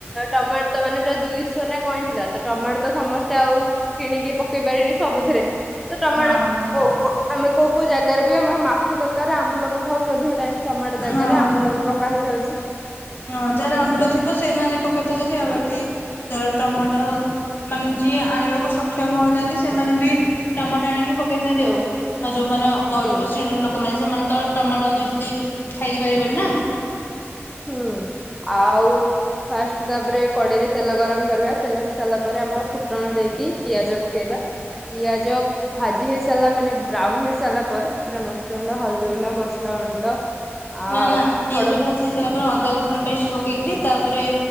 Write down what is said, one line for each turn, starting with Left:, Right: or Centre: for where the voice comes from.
Centre: ଟମାଟୋ ତ ମାନେ ପୁରା ଦୁଇଶହ ନା କଣଥିଲା ତ ଟମାଟୋ ତ ସମସ୍ତେ ଆଉ କିଣିକି ପକେଇ ପାରିନି ସବୁଥିରେ ତ ଟମାଟୋ
Left: ହଁ ତ
Centre: ଆମେ କୋଉ କୋଉ ଜାଗାରେ ବି ଆମର ମା ଛ ତରକାର ଆମ୍ବୁଲ ପକା ହଉଛି ଅଧିକ ଟାଇମ ଟମାଟୋ ଜାଗାରେ
Left: ହଁ
Centre: ଆମ୍ବୁଲ ବି ପକା ହେଇ ଥାଉଛି
Left: ହଁ ଯାହାର ଆମ୍ବୁଲ ଥିବ ସେଇମାନେ ପକେଇ ପାରୁଛନ୍ତି ଆଉ କି ଯାହାର ଟମାଟୋ ମାନେ ଯିଏ ଆଣିବାକୁ ସକ୍ଷମ ହୋଇଥାନ୍ତି ସେମାନେ ବି ଟମାୋଟୋ ଆଣିକି ପକେଇଥାନ୍ତି ଆଉ ଆଉ ଯୋଉମାନେ ଗରିବ
Centre: ହୁଁ।
Left: ଶ୍ରେଣୀର ଲୋକମାନେ ସେମାନେ ତ ଟମାଟୋ ଦୁଇଶହ ଦେଇକି ଖାଇକି ପାରିବେନି ନା
Centre: ହୁଁ ଆଉ ଫାଷ୍ଟ ତାପରେ କଡେଇରେ ତେଲ ଗରମ କରିବା, ତେଲ ହେଇସାରିଲା ପରେ ଆମର ଫୁଟଣ ଦେଇକି ପିଆଜ ପକେଇବା। ପିଆଜ ଭାଜି ହେଇ ସାରିଲା ମାନେ ବ୍ରାଉନ ହେଇ ସାରିଲା ପରେ ସେଥିରେ ମର୍ଚ୍ୟ ଗୁଣ୍ଡ, ହଳଦୀ ଗୁଣ୍ଡ, ମସଲା ଗୁଣ୍ଡ ଆ
Left: ନା ନା ପିଆଜ
Centre: ଖଡ
Left: ଭାଜି ହେଇ ସାରିଲା ପରେ ଅଦା ରସୁଣ ପେଷ୍ଟ ପକେଇକିରି ତାପରେ